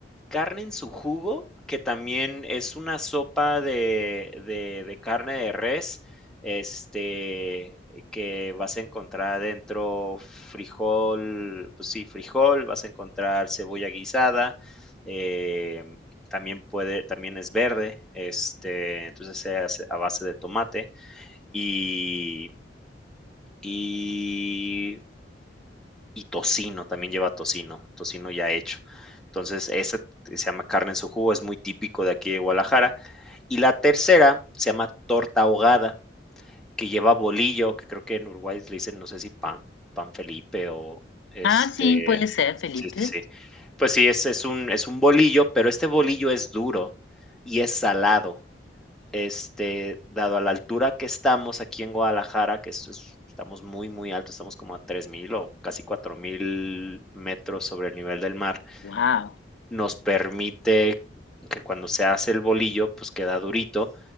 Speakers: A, in the centre; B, on the left.
A: carne en su jugo, que también es una sopa de, de- de carne de res, este, que vas a encontrar dentro frijol, pues sí, frijol, vas a encontrar cebolla guisada, eh, también puede, también es verde, este, entonces se hace a base de tomate y, y, y tocino, también lleva tocino, tocino ya hecho. Entonces, esa se llama carne en su jugo, es muy típico de aquí de Guadalajara. Y la tercera se llama torta ahogada, que lleva bolillo, que creo que en Uruguay le dicen, no sé si pan, pan Felipe o este,
B: Ah, sí, puede ser,
A: sí,
B: Felipe.
A: sí, sí. Pues sí, es, es un, es un bolillo, pero este bolillo es duro y es salado este, dado a la altura que estamos aquí en Guadalajara, que esto es- estamos muy, muy alto, estamos como a 3.000 o casi 4.000 metros sobre el nivel del mar,
B: Wow.
A: nos permite que cuando se hace el bolillo, pues queda durito